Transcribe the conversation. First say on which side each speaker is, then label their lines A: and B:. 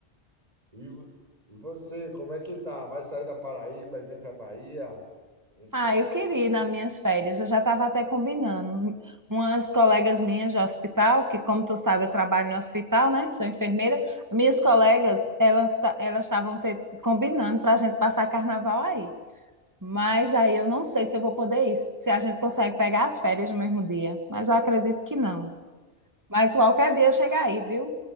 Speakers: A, on the right; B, on the right.
A: E, vo- e você, como é que tá? Vai sair da Paraíba e vem para Bahia? A gente
B: Ah,
A: pode
B: eu queria ir nas minhas férias. Eu já estava até combinando. Umas colegas minhas de hospital, que como tu sabe, eu trabalho no hospital, né? Sou enfermeira. Minhas colegas, ela ta- elas estavam te- combinando para a gente passar carnaval aí. Mas aí eu não sei se eu vou poder ir, se a gente consegue pegar as férias no mesmo dia. Mas eu acredito que não. Mas qualquer dia eu chego aí, viu?